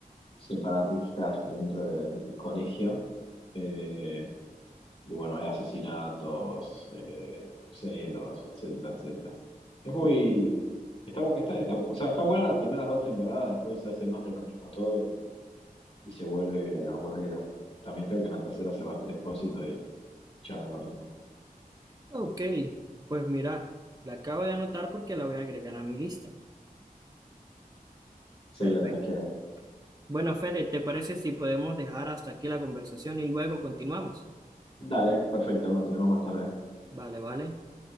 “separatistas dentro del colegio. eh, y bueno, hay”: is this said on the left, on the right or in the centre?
Left